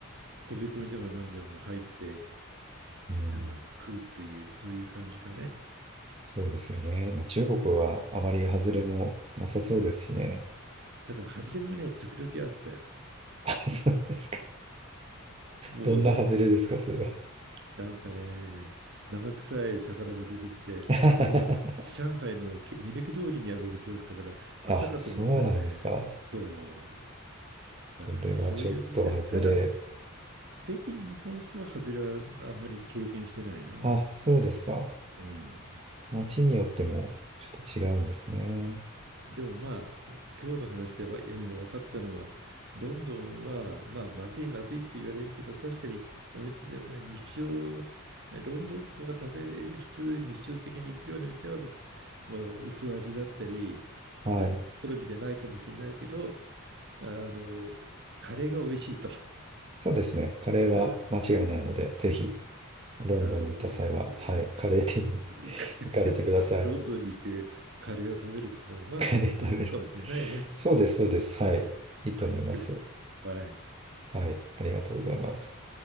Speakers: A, on the right (about 55°); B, on the right (about 25°).
A: 飛び込みでも何でも入って
B: うん。
A: あの食うというそういう感じかね。
B: そうですよね。まあ、中国はあまり外れもなさそうですしね。
A: ただ、外れもね、時々あったよ。
B: <laughs> そうですか。
A: もう、
B: どんな外れですか、それは。
A: なんかね、生臭い魚が出てきて、
B: <laughs>
A: それも上海のけ目抜き通りにあるお店だったから、まさかと思ったらね、
B: あ、そうなんですか。
A: そう。
B: それはちょっと外れ。
A: だからそういう店、ただ、北京に関しては、外れはあんまり経験してないな。
B: あ、そうですか。
A: うん。
B: 街によってもちょっと違うんですね。
A: でもまあ、今日の話でわえー分かったのは、ロンドンは、まあ、まずいまずいって言われるけど、確かにお店で、日常、ロンドンっ子が食べれ、普通日常的に行くような店は、まあ、まあ薄味だったり、
B: はい。
A: あの、好みじゃないかもしれないけど、あの、カレーが美味しいと。<laughs>
B: そうですね。カレーは間違いないので、
A: うん
B: ぜひ、ロンドンに行った際は、
A: あの、
B: はい、カレー店に
A: か <laughs>
B: <laughs> 行かれてください。
A: ロンドンに行ってカレーを食べるっていうのは、
B: カレー食べる。
A: まあ、大人もんかもしれないね。
B: そうです、そうです。はい。
A: うん
B: いいと思います。
A: うんはい。
B: はい。ありがとうございます。